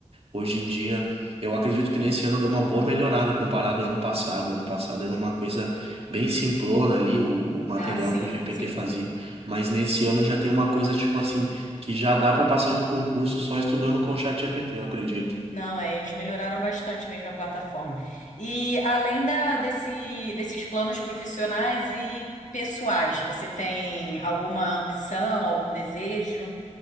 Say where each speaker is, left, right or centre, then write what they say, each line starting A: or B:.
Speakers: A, on the right; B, on the left.
A: Hoje em dia, eu acredito que nesse ano deu uma boa melhorada comparado ao ano passado. Ano passado era uma coisa bem simplona ali, o, o material
B: Ah, sim,
A: que o GPT
B: sim.
A: fazia. Mas nesse ano já tem uma coisa tipo assim, que já dá para passar num concurso só estudando com o chat GPT eu acredito.
B: Não, é, eles melhoraram bastante mesmo a plataforma. E além da- desse- desses planos profissionais e pessoais, você tem alguma ambição, algum desejo?